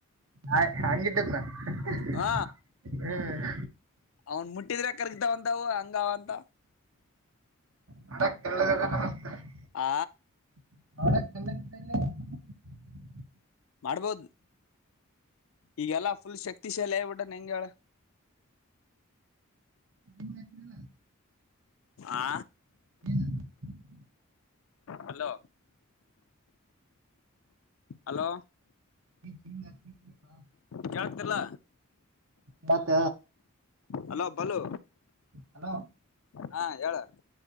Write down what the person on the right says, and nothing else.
ಹಾಯ್ ಹ್ಯಾಂಗಿದ್ರನ ಹ್ಮ್.
<unintelligible>
<unintelligible>
ಲ್ಲ <unintelligible>
<inaudible>
<inaudible>
ಬತ್ತ
ಹಲೋ